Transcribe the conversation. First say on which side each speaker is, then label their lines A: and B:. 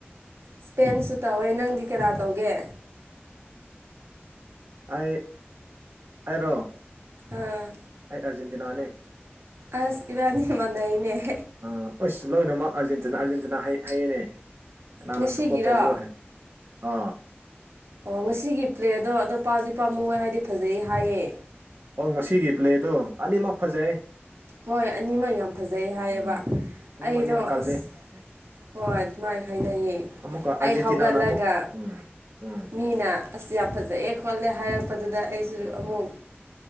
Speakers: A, on the right; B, on the right.
A: ꯏꯁꯄꯦꯟꯁꯨ ꯇꯧꯋꯦ ꯅꯪꯗꯤ ꯀꯅꯥ ꯇꯧꯒꯦ
B: <unintelligible> ꯑꯩ ꯑꯩꯔꯣ
A: ꯑꯥ
B: ꯑꯩ ꯑꯥꯔꯖꯦꯟꯇꯤꯅꯥꯅꯤ
A: ꯑꯁ ꯏꯕꯥꯅꯤ ꯃꯥꯟꯅ ꯏꯅꯦ
B: ꯑ ꯑꯁ ꯂꯣꯏꯅꯃꯛ ꯑꯥꯔꯖꯦꯟꯇꯤ ꯑꯥꯔꯖꯦꯟꯇꯤꯅꯥ ꯍꯌꯦꯦꯅꯦ ꯀꯅ
A: ꯉꯁꯤꯒꯤꯔꯣ
B: ꯁꯄꯣꯔꯠ ꯇꯧꯕꯧꯕ꯭ꯔꯣꯑꯣ ꯍꯥꯏ ꯑ
A: ꯑꯣ ꯉꯁꯤꯒꯤ ꯄ꯭ꯂꯦꯠꯗꯣ ꯑꯗꯣ ꯄꯥꯝꯗꯤ ꯄꯥꯝꯃꯨ ꯍꯥꯏꯗꯤ ꯐꯖꯩ ꯍꯥꯏꯌꯦ
B: ꯑꯣ ꯉꯁꯤꯒꯤ ꯄ꯭ꯂꯦꯗꯣ ꯑꯅꯤꯃꯛ ꯐꯖꯩ
A: ꯍꯣꯏ ꯑꯅꯤꯃꯛ ꯌꯥꯝ ꯐꯖꯩ ꯍꯥꯏꯌꯦꯕ
B: ꯎꯝ ꯑꯅꯤꯃꯛ
A: ꯑꯩꯗꯣ
B: ꯌꯥꯝ ꯀꯜꯂꯦ
A: ꯑꯁ
B: ꯎꯝ
A: ꯍꯣꯏ ꯑꯗꯨ ꯃꯥꯏ ꯍꯥꯏꯅꯩꯌꯦ
B: ꯑꯃꯨꯛꯀ ꯑꯥꯔꯖꯦꯟꯇꯤꯅꯥꯅ
A: ꯑꯩ ꯍꯧꯒꯠꯂꯒ
B: ꯑꯃꯨꯛ ꯎꯝ ꯎꯝ
A: ꯃꯤꯅ ꯑꯁꯤ ꯌꯥꯝ ꯐꯖ ꯆꯛꯑꯦ ꯈꯣꯠꯂꯦ ꯍꯥꯏꯔꯛꯄꯗꯨꯗ ꯑꯩꯁꯨ ꯑꯃꯨꯛ